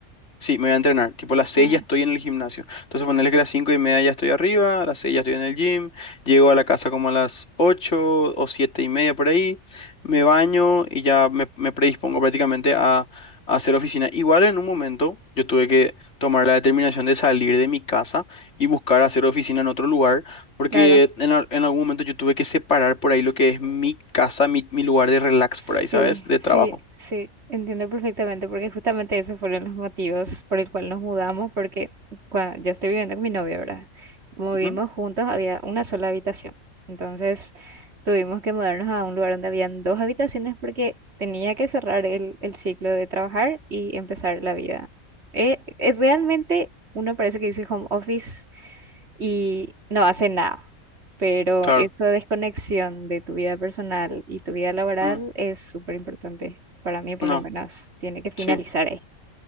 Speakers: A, on the left; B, on the right.
A: Sí, me voy a entrenar. Tipo, a las seis
B: Ah,
A: ya estoy en el gimnasio. Entonces, ponerle que a las 5 y media ya estoy arriba, a las 6 ya estoy en el gym, llego a la casa como a las 8 o 7 y media por ahí, me baño y ya me, me predispongo prácticamente a, a hacer oficina. Igual en un momento yo tuve que tomar la determinación de salir de mi casa y buscar hacer oficina en otro lugar, porque
B: claro.
A: en, al- en algún momento yo tuve que separar por ahí lo que es mi casa, mi, mi lugar de relax
B: Sí,
A: por ahí, ¿sabes? De
B: sí,
A: trabajo.
B: sí, entiendo perfectamente porque justamente esos fueron los motivos por el cual nos mudamos porque cuando yo estoy viviendo con mi novio, ¿verdad? Como
A: Ujú,
B: vivimos juntos, había una sola habitación. Entonces tuvimos que mudarnos a un lugar donde habían dos habitaciones porque tenía que cerrar el, el ciclo de trabajar y empezar la vida. Eh, eh, realmente uno parece que dice home office y no hace nada. Pero
A: Claro.
B: esa desconexión de tu vida personal y tu vida laboral
A: Mm,
B: es súper importante. Para mí, por
A: no,
B: lo menos, tiene que finalizar
A: sí.
B: ahí.